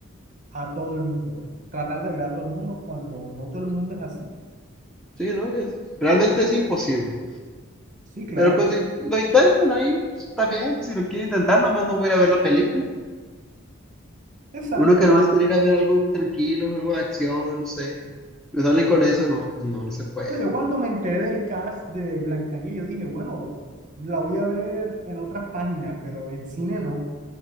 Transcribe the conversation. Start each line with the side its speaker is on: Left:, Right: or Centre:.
Right: a todo el mundo. Tratar de agradar a todo el mundo cuando no todo el mundo es así.
Centre: Sí, ¿no? Es- realmente es imposible.
Right: Sí, claro.
Centre: Pero pues lo, lo intentan ahí, pues, está bien, pues, si lo quieren intentar, nomás no voy a ir a ver la película.
Right: Exacto.
Centre: Uno que nomás quiere ir a ver algo tranquilo, algo de acción, no sé. Me salen con eso, no, pues no, no se puede.
Right: Pero yo cuando me enteré del cast de Blancanieves, yo dije, bueno, la voy a ver en otras páginas, pero en cine no.